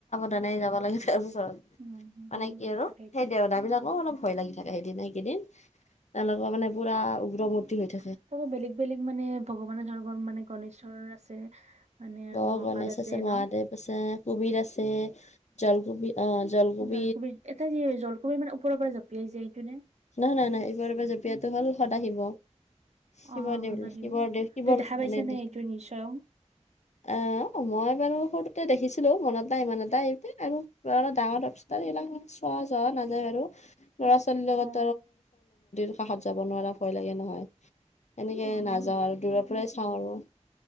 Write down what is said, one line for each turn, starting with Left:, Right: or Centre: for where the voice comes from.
Left: যেনে যাব লাগে তাৰপিছত,
Right: উম, উম,
Left: মানে
Right: উম,
Left: কি আৰু
Right: তাকেইতো
Left: সেই দেউধা বিলাকো অলপ ভয় লাগি থাকে সেইদিন সেইকিদিন, তেওঁলোকৰ মানে পুৰা উগ্ৰমৰ্তী হৈ থাকে।
Right: তাৰ পৰা বেলেগ বেলেগ মানে ভগৱানে ধৰৰ মানে গনেশৰ আছে। মানে আৰু
Left: অ',
Right: মহাকাল
Left: গনেশ আছে মহাদেৱ
Right: ন'
Left: আছে কুবিৰ আছে জলকুবি অ', জলকবি
Right: জলকবিৰ এটা যি জলকবি মানে ওপৰ পৰা জপিয়াই যে সেইটো নে?
Left: নাই-নাই-নাই ওপৰৰ পৰা জপিয়টো হ'ল সতা হিব শিৱদেউ
Right: অ', সেইবোৰ
Left: শিৱৰ দেউ শিৱৰ
Right: তুমি দেখা পাইছা
Left: মানে
Right: নে
Left: দি
Right: এইটো নিশ্চয় অ',
Left: আ, মই বাৰু সৰুতে দেখিছিলোঁ মনত নাই ইমান এইটোৱে আৰু ডাঙৰ তৰপিছত এইবিলাক চোৱা চোৱা নাযায় বাৰু ল'ৰা ছোৱালীৰ লগত
Right: হয়, হয়।
Left: আকাষত যাব নোৱাৰা ভয় লাগে নহয় এনেকে
Right: অ',
Left: নাযাওঁ আৰু দূৰৰ পৰাই চাওঁ আৰু।